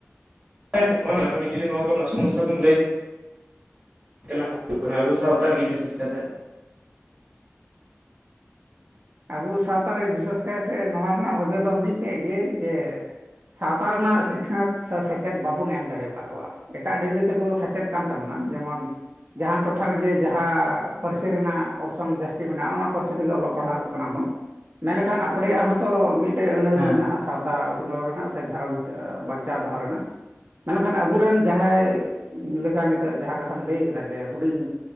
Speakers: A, on the right; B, on the right.
A: ᱠᱟᱹᱴᱤᱡ ᱡᱩᱫᱤ ᱱᱚᱣᱟ ᱠᱚᱨᱮᱱᱟᱜ ᱥᱚᱢᱚᱥᱥᱟ ᱵᱤᱱ ᱞᱟᱹᱭ ᱛᱮᱞᱻᱟ ᱦᱩᱭᱩᱜ ᱠᱟᱱᱟ ᱟᱹᱵᱚ ᱥᱟᱶᱛᱟ ᱨᱮᱸᱜᱮ ᱵᱤᱥᱮᱥ ᱠᱟᱛᱮᱫ
B: ᱟᱹᱵᱚ ᱥᱟᱶᱛᱟ ᱨᱮ ᱵᱤᱥᱮᱥ ᱠᱟᱭᱛᱮ ᱱᱚᱣᱟ ᱨᱮᱱᱟᱜ ᱚᱸᱡᱮ ᱫᱚ ᱢᱤᱫᱴᱮᱡ ᱜᱮ ᱡᱮᱸ ᱥᱟᱶᱛᱟ ᱨᱮᱱᱟᱜ ᱥᱤᱠᱷᱱᱟᱛ ᱥᱮ ᱥᱮᱪᱮᱫ ᱵᱟᱵᱚᱱ ᱮᱢ ᱫᱟᱲᱮ ᱟᱠᱟᱫ ᱠᱚᱣᱟ ᱮᱴᱟᱜ ᱰᱤᱜᱽᱨᱤ ᱛᱮᱠᱚ ᱥᱮᱪᱮᱫ ᱠᱟᱱ ᱛᱟᱹᱵᱚᱱᱟ ᱡᱮᱢᱚᱱ ᱡᱟᱦᱟᱱ ᱴᱚᱴᱷᱟ ᱨᱮᱜᱮ ᱡᱟᱸᱦᱟ ᱯᱟᱹᱨᱥᱤ ᱨᱮᱱᱟᱜ ᱚᱨᱥᱚᱝ ᱡᱟᱹᱥᱛᱤ ᱢᱮᱱᱟᱜᱼᱟ ᱚᱱᱟ ᱯᱟᱹᱨᱥᱤ ᱛᱮᱜᱮ ᱚᱞᱚᱜ ᱯᱟᱲᱦᱟᱣ ᱠᱟᱱᱟ ᱵᱚᱱ ᱢᱮᱱ ᱞᱮᱠᱷᱟᱱ ᱟᱯᱲᱮᱭᱟᱜ ᱦᱚᱸᱛᱚ ᱢᱤᱫᱴᱮᱡ ᱟᱹᱱ ᱟᱹᱨᱤ
A: ᱦᱮᱸ
B: ᱢᱮᱱᱟᱜᱼᱟ ᱥᱟᱶᱛᱟ ᱛᱟ ᱩᱛᱱᱟᱹᱣ ᱨᱮᱱᱟᱜ ᱥᱮ ᱜᱷᱟᱨᱚᱸᱡᱽ ᱵᱟᱧᱪᱟᱣ ᱫᱚᱦᱚ ᱨᱮᱱᱟᱜ ᱢᱮᱱᱞᱮᱠᱷᱟᱱ ᱟᱵᱩᱨᱮᱱ ᱡᱟᱸᱦᱟᱭ ᱞᱮᱠᱟ ᱱᱤᱛᱚᱜ ᱡᱟᱸᱦᱟ ᱠᱟᱛᱷᱟᱢ ᱞᱟᱹᱭ ᱠᱮᱫᱟ ᱡᱮ ᱦᱩᱸᱰᱤᱧ